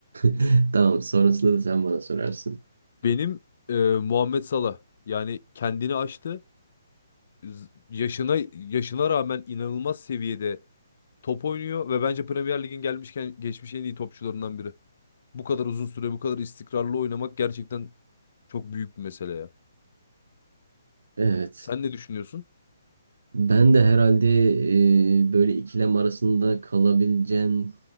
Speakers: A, on the right; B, on the left.
A: <laughs> Tamam, sonrasında da sen bana sorarsın.
B: <laughs> Benim e, Muhammed Salah yani kendini aştı. Z- Yaşına yaşına rağmen inanılmaz seviyede Top oynuyor ve bence Premier Lig'in gelmişken geçmiş en iyi topçularından biri. Bu kadar uzun süre, bu kadar istikrarlı oynamak gerçekten çok büyük bir mesele ya.
A: Evet.
B: Sen ne düşünüyorsun?
A: Ben de herhalde e, böyle ikilem arasında kalabileceğin